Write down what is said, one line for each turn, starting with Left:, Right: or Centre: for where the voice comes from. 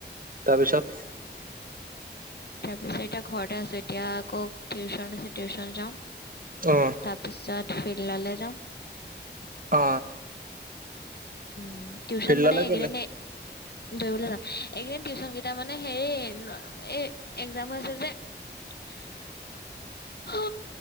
Right: তাৰপিছত
Left: তাৰপিছত এতিয়া ঘৰতে আছো এতিয়া আকৌ টিউচন আছে টিউশচন যাম
Right: অ
Left: তাৰপিছত ফিল ললে যাম
Right: অ
Left: উ টিউচন
Right: ফিল্ডলে
Left: মানে এই
Right: কেলে
Left: কিদিনে দৰিবলৈ যাম এইকেইদিন টিউচন কেইটা মানে হেৰি এ এক্জাম হৈছে যে <unintelligible> অ